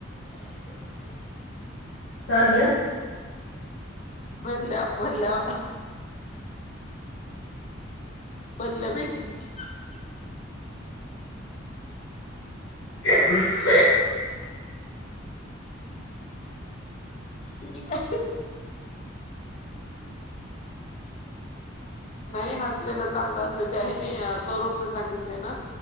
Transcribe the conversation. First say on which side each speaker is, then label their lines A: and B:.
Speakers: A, on the left (about 65°); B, on the left (about 35°).
A: सॉरी ह.
B: भरल्या भरल्या भरल्या भेंडीची भाजी.
A: <inaudible>
B: तुम्ही काय नाही हसलेलं चांगलं असतय, त्या हेणी सौरभ ने सांगितलय ना.